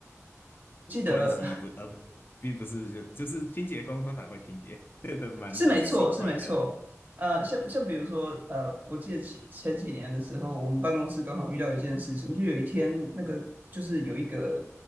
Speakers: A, on the right; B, on the left.
A: 记得
B: 关系不呃不，并不是就就是清洁工通常会清洁，<laughs> 对的蛮勤快的。
A: 是没错，是没错。呃，像像比如说，呃，我记得前前几年的时候，我们办公室刚好遇到一件事情，就有一天那个就是有一个